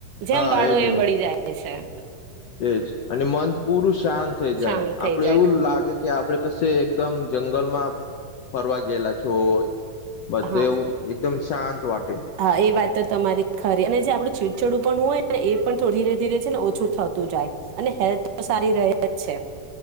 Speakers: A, on the right; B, on the left.
A: જેમ,
B: હા
A: બાાડો
B: એજ
A: એ
B: ને
A: મળી જાય છે. સરાર.
B: એજ અને મન પૂરું શાંત થઈ, જાય
A: શાંત
B: આપડે
A: થઈ જાય
B: એવું લાગે કે. આપડ કશે એકદમ, જંગલમાં ફરવા ગયેલા છો. બધા,
A: હા
B: એવું એકદમ, શાંત વાટે.
A: હા એ વાત તો તમારી ખરી અને જે આપડું છેીડછાડું પણ હોય, ને એ પણ થોું ધીરે ધીરે છે ને ઓછું થતું જાય. અને હેલ્થ, તો સારી રહે જ છે.